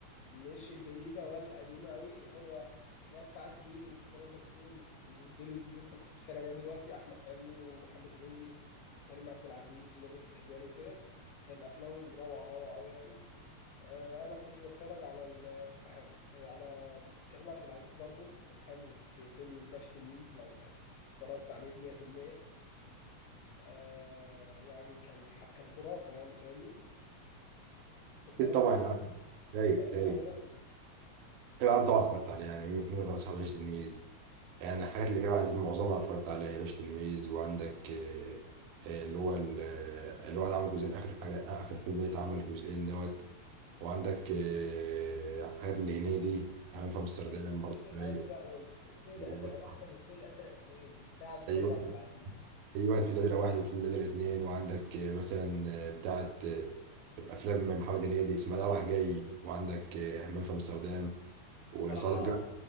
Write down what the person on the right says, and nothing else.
أكيد طبعا
يا عم
رايق
رايق
أيوة أنا طبعا اتفرجت عليه يعني مين ما اتفرجش على باشا تلميذ يعني الحاجات اللي كانوا عايزين معظمها اتفرجت عليها باشا تلميذ وعندك آه، آه، اللي هو ال- آه، اللي هو عمل جزئين آخر حاجة آخر فيلم اللي اتعمل جزئين دوت وعندك آه، حاجات اللي هنيدي همام في أمستردام
برضه
رايق.
و- و-
أيوة
ايوه في النادرة واحد وفي النادرة اتنين وعندك آه، مثلا آه، بتاعة آه، افلام محمد هنيدي اسماعيل رايح جاي وعندك آه، همام في امستردام وصعيدي
في الجامعة